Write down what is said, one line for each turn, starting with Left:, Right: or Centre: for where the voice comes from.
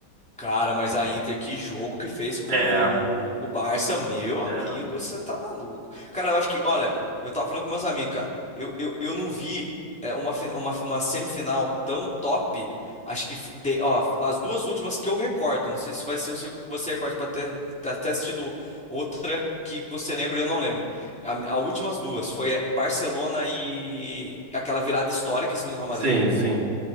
Centre: Cara, mas a Inter, que jogo que fez com,
Right: É,
Centre: o- com o Barça, meu amigo,
Right: é.
Centre: você tá maluco. Cara, eu acho que, olha, eu tava falando com meus amigos, cara, eu, eu, eu não vi é, uma, fina- uma, uma semifinal tão top, acho que, f- de- ó, as duas últimas que eu recordo, não sei se vai ser o seu- você recorda pra ter, ter ter assistido outra que você lembra e eu não lembro. A, a últimas duas foi é, Barcelona e aquela virada histórica em cima do Real Madrid,
Right: Sim, sim,